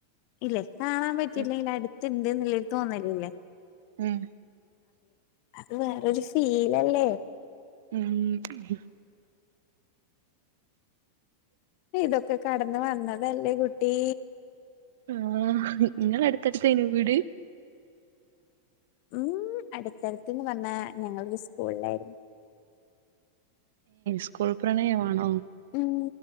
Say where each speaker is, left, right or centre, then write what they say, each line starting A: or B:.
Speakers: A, on the left; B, on the right.
A: ഇല്ലേ കാണാൻ
B: ഉം
A: പറ്റിയില്ലേലും അടു ണ്ട് ന്നുള്ള തോന്നലല്ലേ
B: ഉം
A: അത് വേറാരു ഫീലല്ലേ
B: ഉം ഉം
A: ഇതൊക്കെ കടന്ന് വന്നതല്ലേ കുട്ടീ
B: ആ നിങ്ങ അടുത്തടുത്തേന വീട്
A: ഉം അടുത്തടുത്തന്ന് വന്ന ഞങ്ങരു സ്കൂളിലായിരുന്നു
B: സ്കൂൾ പ്രണയമാണോ
A: ഉം